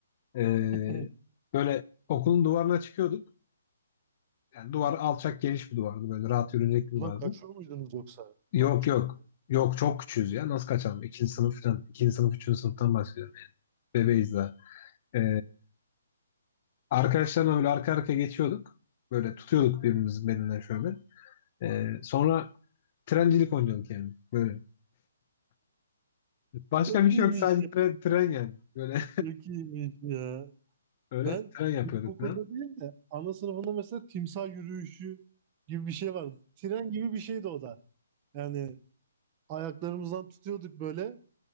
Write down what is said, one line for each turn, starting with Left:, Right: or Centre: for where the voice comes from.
Left: E,
Right: <laughs>
Left: böyle okulun duvarına çıkıyorduk. Yani duvar alçak geniş bir duvardı. Böyle rahat yürünecek bir
Right: Ulan
Left: duvardı.
Right: kaçıyor muydunuz yoksa?
Left: Yok
Right: Ulan çıkıyordu.
Left: yok. Yok çok küçüğüz ya. Nasıl kaçalım? İkinci sınıf falan. İkinci sınıf, üçüncü sınıftan bahsediyorum. Bebeğiz daha. E, arkadaşlarımla böyle arka arkaya geçiyorduk. Böyle tutuyorduk birbirimizin belinden şöyle. E, sonra trencilik oynuyorduk yani. Böyle. Başka
Right: Çok
Left: bir şey
Right: iyiymiş
Left: yok. Sadece
Right: ya.
Left: tren, tren yani. Böyle
Right: Çok iyiymiş ya.
Left: Böyle
Right: Ben
Left: tren yapıyordu
Right: ilkokulda
Left: tren.
Right: değil de ana sınıfında mesela timsah yürüyüşü gibi bir şey vardı. Tren gibi bir şeydi o da. Yani ayaklarımızdan tutuyorduk böyle.